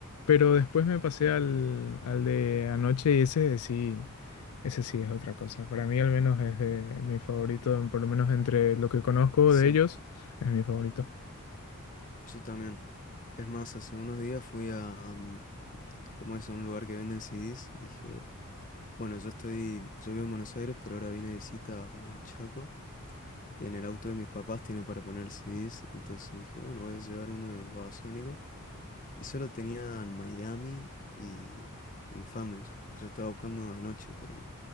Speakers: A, on the left; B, on the left.
A: pero después me pasé al, al de anoche y ese sí, ese sí es otra cosa. Para mí al menos es de- mi favorito, por lo menos entre lo que conozco
B: Sí,
A: de ellos, es mi favorito.
B: yo también. Es más, hace unos días fui a, mm, ¿cómo es? A un lugar que venden CDs y dije, bueno, yo estoy, yo vivo en Buenos Aires, pero ahora vine de visita a Chaco y en el auto de mis papás tiene para poner CDs, entonces dije, bueno, voy a llevar uno de Babasónicos Y solo tenían Miami y Infames. Yo estaba buscando anoche, pero